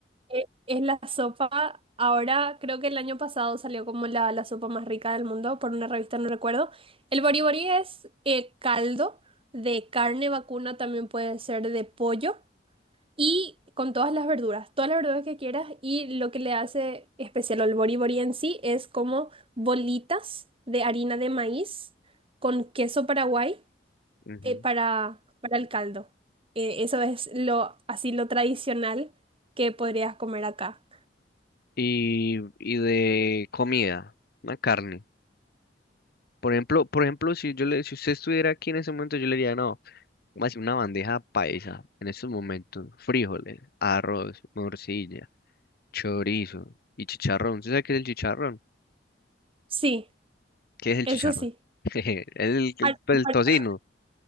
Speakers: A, on the right (about 30°); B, on the left (about 60°).
A: eh, Es la sopa, ahora creo que el año pasado salió como la, la sopa más rica del mundo por una revista, no recuerdo. El Bori Bori es eh, caldo de carne vacuna, también puede ser de pollo y con todas las verduras, todas las verduras que quieras y lo que le hace especial al Bori Bori en sí es como bolitas de harina de maíz con queso paraguay
B: Ujú.
A: eh, para, para el caldo. Eh, eso es lo, así lo tradicional que podrías comer acá.
B: Y, y de comida, una carne. Por ejemplo, por ejemplo, si yo le, si usted estuviera aquí en ese momento, yo le diría, no, más una bandeja paisa en estos momentos, frijoles, arroz, morcilla. Chorizo y chicharrón. ¿Usted sabe qué es el chicharrón?
A: Sí,
B: ¿Qué es el
A: eso
B: chicharrón?
A: sí.
B: <laughs> El, el,
A: Par-
B: pues, el
A: par-
B: tocino.